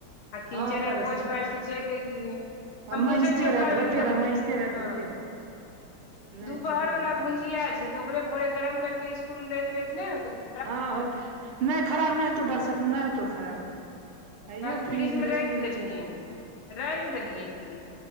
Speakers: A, on the left; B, on the right.
A: आ किचन
B: हँ परेशान
A: आर पोइछ पाइछ के चइल ऐलियै। हम
B: आ मजते
A: बुझे छियउ
B: रह
A: काज
B: धोते
A: मतलब
B: रह मजते रह
A: हँ
B: धोते रह नहि
A: दुपहर
B: ठीक
A: वला
B: लगै छै
A: भुज जिया छै तऽ ओकरे भोरे गरम करके इसकुल मे द देबै तऽ नहि होते!
B: हँ होतै नै खराब नै होतौ बरसातमे नै होतौ खराब। आइयो
A: राइत
B: फ्रिज
A: फ्रिजमे
B: मे राखि
A: राइख
B: दिहे
A: देलियै
B: चाहे
A: हन, राइख देलियै ह फ्रिज